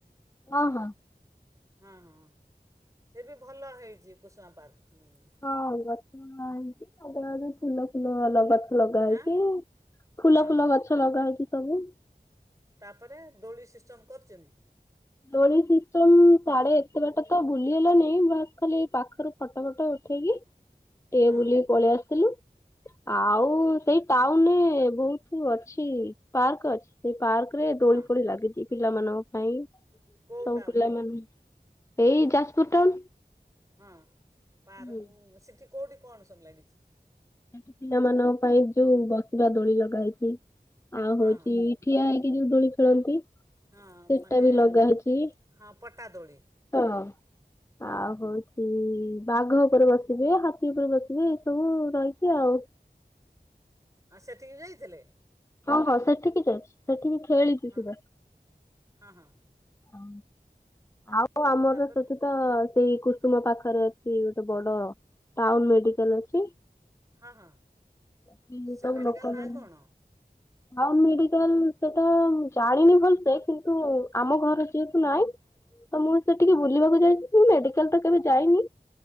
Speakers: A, on the left; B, on the right.
A: ହଁ-ହଁ
B: ହଁ-ହଁ ସେ ବି ଭଲ ହେଇଛି କୁସୁମା ପାର୍କ। ହୁଁ
A: ହଁ ଗଛ ହେଇଛି, ଆଉ ଫୁଲ-ଫୁଲ ଗଛ ଲଗାହେଇଛି,
B: ଆଁ
A: ଫୁଲ-ଫୁଲ
B: ହଁ
A: ଗଛ ଲଗାହେଇଛି ସବୁ।
B: ତାପରେ ଦୋଳି ସିଷ୍ଟମ କରିଛନ୍ତି?
A: ଦୋଳି ସିଷ୍ଟମ ସାଡେ ଏତେ ବାଟ ତ ବୁଲିହେଲାନି, ବାସ୍ ଖାଲି ପାଖରୁ ଫଟ-ଫଟ ଉଠେଇକି ଟିକେ
B: ହଁ
A: ବୁଲିକି ପଳିଆସିଥିଲୁ। ଆଉ, ସେଇ ଟାଉନରେ ବହୁତ ଅଛି ପାର୍କ ଅଛି। ସେଇ ପାର୍କ ରେ ଦୋଳି
B: ହଁ
A: ଫୋଳି ଲାଗିଛି ପିଲାମାନଙ୍କ ପାଇଁ
B: କେଉଁ
A: ସବୁ
B: ଟାଉନ୍
A: ପିଲା ମାନ ଏଇ ଯାଜପୁର ଟାଉନ
B: ହଁ ପାର
A: ହୁଁ।
B: ସେଠି କଉଠି କଣ ସବୁ ଲାଗିଛି।
A: ସେଠି ପିଲାମାନଙ୍କ ପାଇଁ ଯୋଉ ବସିବା ଦୋଳି ଲଗାଇଛି ଆଉ
B: ହଁ
A: ହଉଛି ଠିଆ ହେଇକି ଯୋଉ ଦୋଳି ଖେଳନ୍ତି।
B: ହଁ
A: ସେଟା
B: ମାନେ
A: ବି ଲଗା ହେଇଛି।
B: ହଁ ପଟାଦୋଳି
A: ହଁ।
B: ହଁ
A: ଆଉ ହଉଛି ବାଘ ଉପରେ ବସିବେ ହାତୀ ଉପରେ ବସିବେ ଏଇସବୁ ରହିଛି ଆଉ
B: ଆଉ ସେଠିକି ଯାଇଥିଲେ
A: ହଁ ହଁ ସେଠିକି ଯାଇଛି ସେଠିକି ଖେଳିଛି
B: ହଁ
A: ସୁଧା
B: ହଁ ହଁ
A: ହ ଆଉ ଆମର
B: ତାପରେ
A: ସେଠି ତ, ସେଇ କୁସୁମ ପାଖରେ ଅଛି ଗୋଟେ ବଡ ଟାଉନ ମେଡିକାଲ ଅଛି।
B: ହଁ ହଁ
A: କି
B: ସେ
A: ତାକୁ
B: ମେଡ଼ିକାଲ୍
A: ଲୋକ
B: ନାଁ
A: ମାନେ
B: କ'ଣ
A: ଟାଉନ୍ ମେଡିକାଲ ସେଟା ଜାଣିନି ଭଲସେ କିନ୍ତୁ ଆମ ଘର ଯିଏକୁୁ ନାଇଁ ତ ମୁଁ ସେ ଟିକେ ବୁଲିବାକୁ ଯାଇଛି ମୁଁ ମେଡିକାଲ ତ କେବେ ଯାଇନି